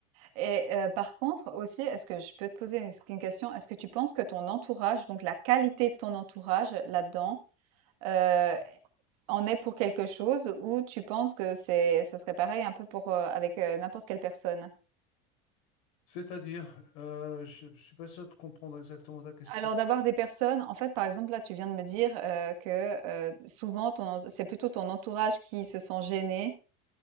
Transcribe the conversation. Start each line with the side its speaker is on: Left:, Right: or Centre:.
Right: Et euh, par contre, aussi, est-ce que je peux te poser une, une question? Est-ce que tu penses que ton entourage, donc la qualité de ton entourage là-dedans, euh, en est pour quelque chose, ou tu penses que c'est, ça serait pareil un peu pour euh, avec euh, n'importe quelle personne?
Left: C'est-à-dire, euh, je ne suis pas sûr de comprendre exactement ta question.
Right: Alors d'avoir des personnes, en fait, par exemple, là, tu viens de me dire euh, que euh, souvent, ton, c'est plutôt ton entourage qui se sent gêné